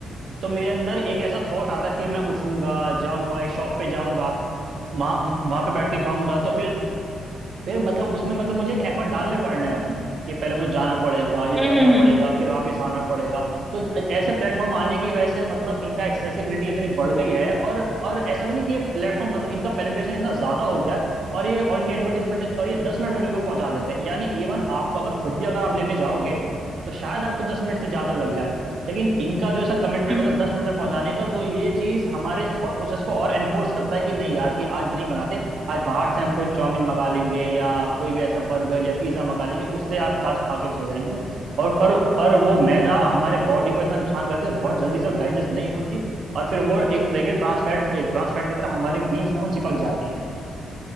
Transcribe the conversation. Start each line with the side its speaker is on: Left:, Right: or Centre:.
Right: तो मेरे अंदर एक ऐसा थॉट आता कि मैं उठूंगा जाऊंगा एक शॉप पे जाऊंगा वहां वहां पे बैठ के खाऊंगा तो फिर फिर मतलब उसमें मतलब मुझे एक एफर्ट डालने पड़ रहे हैं अपने कि पहले मुझे जाना पड़ेगा ये
Centre: हम्म
Right: करना
Centre: हम्म
Right: पड़ेगा फिर वापस आना पड़ेगा तो ज- ऐसे प्लेटफॉर्म आने की वजह से मतलब इनका एक्सेसिबिलिटी इतनी बढ़ गई है और और ऐसा भी नहीं कि ये प्लेटफॉर्म मतलब इनका पेनिट्रेशन इतना ज्यादा हो गया है, और ये और इनके एडवर्टीजमेंट और ये दस मिनट में बिल्कुल पहुंचा देते हैं यानी इवन आपको अगर खुद भी अगर आप लेने जाओगे तो शायद आपको दस मिनट से ज्यादा लग जाए लेकिन इनका जो ऐसा कमिटमेंट
Centre: हम्म
Right: होता है दस मिनट में पहुंचाने का तो ये चीज हमारे थॉट प्रोसेस को और एनफोर्स करता है कि नहीं यार कि आज नहीं बनाते आज बाहर से हम कोई चाउमीन मंगा लेंगे या कोई भी ऐसा बर्गर या पिज्जा मंगा लेंगे उससे आप आज खा के सो जाएंगे और पर पर वो मैदा हमारे बॉडी को इतना नुकसान करती है बहुत जल्दी से वो डाइजेस्ट नहीं होती और फिर वो एक तरह के ट्रांसफैट एक ट्रांसफैट की तरह हमारे वीन्स में वो चिपक जाती है